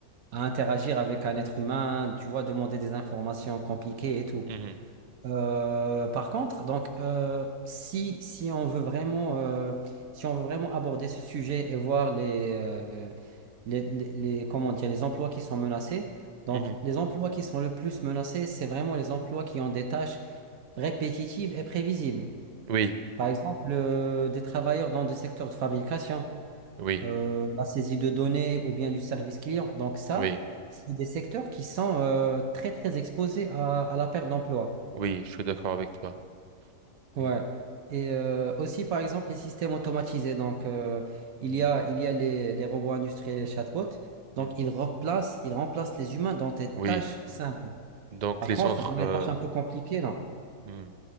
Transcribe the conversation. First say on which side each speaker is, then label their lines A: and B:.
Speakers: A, on the right; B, on the right.
A: à interagir avec un être humain, tu vois, demander des informations compliquées et tout.
B: mhm,
A: Euh, par contre, donc, euh, si, si on veut vraiment, euh, si on veut vraiment aborder ce sujet et voir les, euh, les, les- les- comment dire, les emplois qui sont menacés, donc,
B: mhm, mhm.
A: les emplois qui sont le plus menacés, c'est vraiment les emplois qui ont des tâches répétitives et prévisibles.
B: Oui,
A: Par exemple, euh, des travailleurs dans des secteurs de fabrication
B: oui,
A: euh, la saisie de données ou bien du service client. Donc ça,
B: oui,
A: c'est des secteurs qui sont euh, très très exposés à, à la perte d'emploi.
B: oui, je suis d'accord avec toi.
A: Ouais.
B: Mhm,
A: Et euh, aussi par exemple les systèmes automatisés. Donc euh, il
B: mhm,
A: y a il y a les, les robots industriels, les chatbots.
B: mhm.
A: Donc ils replacent ils remplacent les humains dans des
B: Oui,
A: tâches simples.
B: donc
A: Par
B: les
A: contre,
B: centres,
A: dans les
B: euh,
A: tâches un peu compliquées, non.
B: mhm.